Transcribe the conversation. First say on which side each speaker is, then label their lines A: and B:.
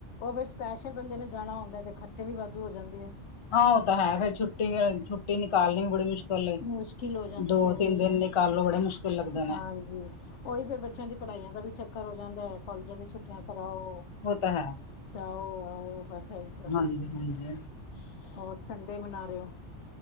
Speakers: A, on the left; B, on the left.
A: ਔਹ ਫੇਰ ਸਪੈਸ਼ਲ ਬੰਦੇ ਨੇ ਜਾਣਾ ਹੁੰਦਾ ਤੇ ਖਰਚੇ ਵੀ ਵਾਧੂ ਹੋ ਜਾਂਦੇ ਆ
B: ਹਾਂ ਔ ਤਾਂ ਹੈ। ਫੇਰ ਛੁੱਟੀ- ਛੁੱਟੀ ਨਿਕਾਲਣੀ ਬੜੀ ਮੁਸ਼ਕਿਲ ਏ
A: ਮੁਸ਼ਕਿਲ ਹੋ ਜਾਂਦੀ
B: ਦੋ
A: ਹੈ।
B: ਤਿੰਨ
A: ਔਹੀ
B: ਦਿਨ
A: ਨਾ
B: ਨਿਕਾਲੋ ਬੜੇ ਮੁਸ਼ਕਿਲ ਲੱਗਦੇ ਨੇ
A: ਹਾਂਜੀ ਔਹੀ ਫੇਰ ਬੱਚਿਆਂ ਦੀ ਪੜ੍ਹਾਈਆਂ ਦਾ ਵੀ ਚੱਕਰ ਹੋ ਜਾਂਦਾ ਐ ਕੋਲਜਾਂ ਦੀ ਛੁੱਟੀਆਂ ਕਰਾ ਔ-
B: ਔ ਤਾਂ ਹੈ।
A: ਜਾ ਔ ਆਔ ਬਸ ਐਹੀ
B: ਹਾਂਜੀ- ਹਾਂਜੀ-
A: ਹੋਰ ਸੰਡੇ ਮਨਾ ਰਹੇ ੳ।